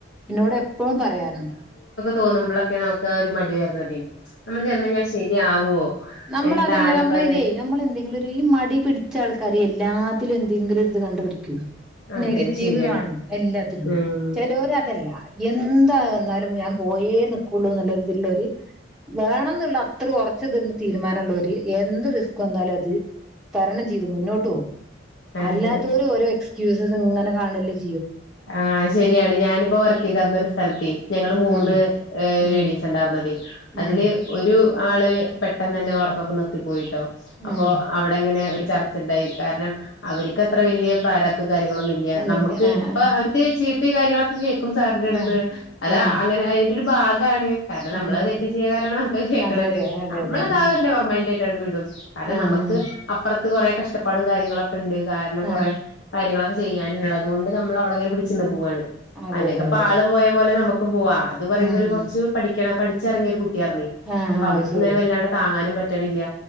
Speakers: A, in the centre; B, on the left.
A: ഇന്നോട് എപ്പോഴും പറയാർണ്ട്
B: തോന്നുമ്പോളൊക്കെ നമുക്ക് ആ ഒരു മടി വരണതെ നമ്മുക്ക് ചെന്നഞ്ഞാൽ ശരിയാവോ
A: നമ്മളതെല്ല
B: എന്താണിപ്പത്
A: നമ്മളയില് നമ്മളെന്തെങ്കിലുരു ഈ മടി പിടിച്ച ആൾക്കാരേയ് എല്ലാത്തിലും എന്തെങ്കിലൊരുത് കണ്ടുപിടിക്കൊയ്
B: അതെ
A: നെഗറ്റീവ്
B: ശരിയാണ്
A: കാണും എല്ലാത്തിനും
B: ഉം
A: ചിലോരതല്ല എന്തായവന്നാലും ഞാൻ പോയേനിക്കുള്ളൂ എന്നുള്ളൊരുത്ള്ളോര് വേണംന്നുള്ള അത്ര ഒറച്ച്തിണ്ട്‌ തീരുമാനള്ളോര് എന്ത് റിസ്ക് വന്നാലും അത് തരണം ചെയ്ത് മുന്നോട്ട് പോവും
B: അതെ
A: അല്ലാത്തോര് ഓരോ എക്സ്ക്യൂസ്സ് ഇങ്ങനെ കാണല്ലേ ചെ
B: ആ ശരിയാണ് ഞാനിപ്പോ വർക്കീതെർന്ന ഒരു സ്ഥലത്തെ ഞങ്ങൾ മൂന്ന്
A: ഉം ഉം
B: ലേഡീസണ്ടാർന്നതയ്
A: ഉം
B: അതില് ഒരു ആള് പെട്ടെന്നന്നെ വർക്കൊക്കെ നിർത്തി പോയിട്ടോ അപ്പോ
A: ഉം
B: അവിടെങ്ങനെ ഒരു ചർച്ചണ്ടായി കാരണം അവർക്ക് അത്ര വല്യ പ്രാരബ് ധും കാര്യങ്ങളൊന്നുംല്ല്യ
A: ഒന്നുല്ല
B: നമ്മക്ക്
A: ആഹ്
B: ഇക്ക് ചീത്തിം കാര്യങ്ങളൊക്കെ കേൾക്കും സാറിന്റര്ത്ന്ന്
A: ആഹ്
B: അത്
A: ആഹ്
B: അങ്ങെനെ അതിന്റൊരു ഭാഗ ഗാണ് കാരണം നമ്മളത്
A: ആഹ് ഉം
B: തെറ്റ് ചെയ്യാ കാരാണ് നമുക്കത് കേക്കണത്
A: അതെ അതെ അതെ
B: നമ്മളതാഒര്
A: അതെ ആഹ്
B: നെവർമ്മൈന്റായിട്ടാണ്ട്‌ വിടും കാരണം
A: ആഹ്
B: നമ്മക്ക് അപ്പർ ത്ത് കുറേ കഷ്ടപ്പാടും കാര്യങ്ങളൊക്കെണ്ട് കാരണം കുറേ
A: ആഹ്
B: കാര്യങ്ങളൊക്കെ ചെയ്യാനുള്ളതുകൊണ്ട് നമ്മളവടങ്ങെനെ പിടിച്ചുന്ന് പോവാണ്
A: അതെ
B: അല്ലെങ്കിപ്പാള്
A: അതെ അതെ
B: പോയ പോലെ നമ്ക്കും പോവാ അത് പറയുമ്പോരു
A: ഉം
B: കുറച്ച് പഠിക്കണ പഠിച്ചിറങ്ങിയ ഒരു കുട്ടി കുട്ട്യേർന്നു
A: ആഹ് ആഹ്
B: അപ്പൊ അവൾക്ക്ങ്ങനെ
A: അത് ശരി
B: വല്ലാണ്ട് താങ്ങാനും പറ്റണില്ല